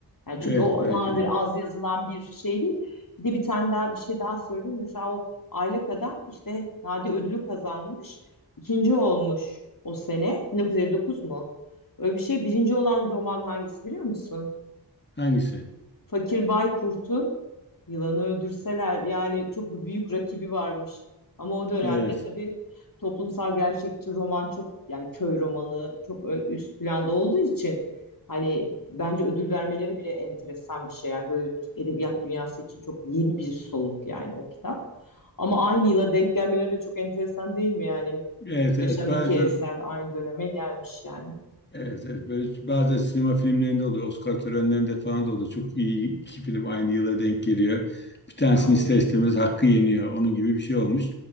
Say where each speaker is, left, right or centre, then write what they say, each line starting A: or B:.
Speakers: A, on the left; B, on the left.
A: Yani çünkü
B: Evet
A: o
B: belki
A: nadir
B: de.
A: az yazılan bir şey değil. Bir de bir tane daha bir şey daha söyleyeyim. Mesela o Aylak Adam işte Nadi ödülü kazanmış. ikinci olmuş o sene. 1959 mu? Öyle bir şey. Birinci olan roman hangisi biliyor musun?
B: Hangisi?
A: Fakir Baykurt'un Yılanı Öldürseler yani çok büyük rakibi varmış. Ama o dönemde
B: Evet.
A: tabii toplumsal gerçekçi roman çok yani köy romanı çok ö- üst planda olduğu için hani bence ödül vermeleri bile enteresan bir şey. Yani böyle edebiyat dünyası için çok yeni bir soluk yani o kitap. Ama aynı yıla denk gelmeleri de çok enteresan değil mi yani?
B: Evet
A: Muhteşem
B: evet. Bazen
A: iki eser aynı döneme gelmiş yani.
B: Evet, evet. Böyle bazen sinema filmlerinde oluyor. Oscar törenlerinde falan da oluyor. Çok iyi iki film aynı yıla denk geliyor. Bir tanesini
A: Aynen.
B: ister istemez hakkı yeniyor. Onun gibi bir şey olmuş.